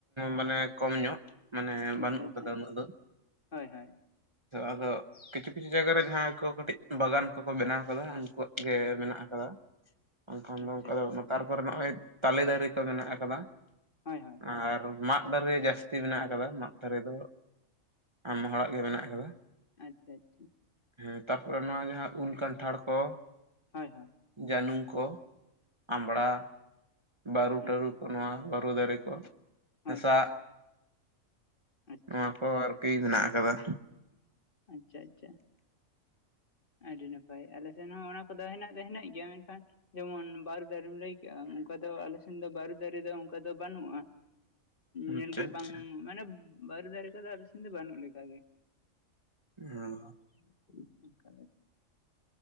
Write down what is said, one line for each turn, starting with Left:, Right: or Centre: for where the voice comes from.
Right: ᱢᱟᱱᱮ ᱠᱚᱢ ᱧᱚᱜ ᱢᱟᱱᱮ ᱵᱟᱹᱱᱩᱜ
Left: ᱟᱪᱪᱷᱟ ᱟᱪᱪᱷᱟ
Right: ᱠᱟᱫᱟ ᱩᱱᱟᱹᱜ ᱫᱚ
Left: ᱦᱳᱭ ᱦᱳᱭ
Right: ᱟᱫᱚ ᱠᱤᱪᱷᱩ ᱠᱤᱪᱷᱩ ᱡᱟᱭᱜᱟ ᱨᱮ ᱡᱟᱦᱟᱸᱭ ᱠᱚ ᱠᱟᱹᱴᱤᱡ ᱵᱟᱜᱟᱱ ᱠᱚᱠᱚ ᱵᱮᱱᱟᱣ ᱟᱠᱟᱫᱟ ᱩᱱᱠᱩᱣᱟᱜ ᱜᱮ ᱢᱮᱱᱟᱜ ᱟᱠᱟᱫᱟ᱾ ᱮᱱᱠᱷᱟᱱ
Left: ᱟᱪᱪᱷᱟ
Right: ᱫᱚ ᱚᱱᱠᱟ ᱫᱚ ᱛᱟᱨᱯᱚᱨᱮ ᱱᱚᱜ-ᱚᱭ ᱛᱟᱞᱮ ᱫᱟᱨᱮ ᱠᱚ ᱢᱮᱱᱟᱜ ᱟᱠᱟᱫᱟ᱾
Left: ᱦᱳᱭ ᱦᱳᱭ
Right: ᱟᱨ ᱢᱟᱫ ᱫᱟᱨᱮ ᱡᱟᱹᱥᱛᱤ ᱢᱮᱱᱟᱜ ᱟᱠᱟᱫᱟ ᱢᱟᱫ ᱫᱟᱨᱮ ᱫᱚ ᱟᱭᱢ ᱦᱚᱲᱟᱜ ᱜᱮ ᱢᱮᱱᱟᱜ ᱟᱠᱟᱫᱟ᱾
Left: ᱟᱪᱪᱷᱟ ᱟᱪᱪᱷᱟ
Right: ᱦᱩᱸ ᱛᱟᱯᱚᱨᱮ ᱱᱚᱣᱟ ᱡᱟᱦᱟᱸ ᱩᱞ, ᱠᱟᱱᱴᱷᱟᱲ ᱠᱚ
Left: ᱦᱮᱸ ᱦᱮᱸ
Right: ᱡᱟᱹᱱᱩᱢ ᱠᱩ ᱟᱢᱵᱟᱲᱟ, ᱵᱟᱹᱨᱩᱴᱟᱹᱨᱩ
Left: ᱟᱪᱪᱷᱟ
Right: ᱠᱚ, ᱱᱚᱣᱟ ᱵᱩᱨᱩ ᱫᱟᱨᱮ ᱠᱚ,
Left: ᱦᱳᱭ
Right: ᱦᱮᱸᱥᱟᱜ
Left: ᱦᱳᱭ ᱟᱪᱪᱷᱟ
Right: ᱱᱚᱣᱟ ᱠᱚ ᱵᱤᱨ ᱦᱮᱱᱟᱜ ᱠᱟᱫᱟ᱾
Left: ᱟᱪᱪᱷᱟ ᱟᱪᱪᱷᱟ ᱟᱹᱰᱤ ᱱᱟᱯᱟᱭ ᱟᱞᱮ ᱥᱮᱱ ᱦᱚᱸ, ᱚᱱᱟ ᱠᱚᱫᱚ ᱦᱮᱱᱟᱜ ᱫᱚ ᱦᱮᱱᱟᱜ ᱜᱮᱭᱟ, ᱢᱮᱱᱠᱷᱟᱱ ᱡᱮᱢᱚᱱ ᱵᱟᱨᱩ ᱫᱟᱨᱮᱢ ᱞᱟᱹᱭ ᱚᱱᱠᱟ ᱫᱚ ᱟᱞᱮᱥᱮᱱ ᱫᱚ ᱵᱟᱨᱩ ᱫᱟᱨᱮ ᱫᱚ ᱚᱱᱠᱟ ᱫᱚ ᱵᱟᱱᱩᱜ-ᱟ᱾
Right: ᱟᱪᱪᱷᱟ
Left: ᱧᱮᱞᱜᱮ
Right: ᱟᱪᱪᱷᱟ
Left: ᱵᱟᱝ ᱢᱟᱱᱮ ᱵᱟᱨᱩ ᱫᱟᱨᱮ ᱠᱚᱫᱚ ᱟᱞᱮ ᱥᱮᱱ ᱫᱚ ᱵᱟᱹᱱᱩᱜ ᱞᱮᱠᱟᱜᱮ᱾
Right: ᱦᱚᱸ
Left: <inaudible>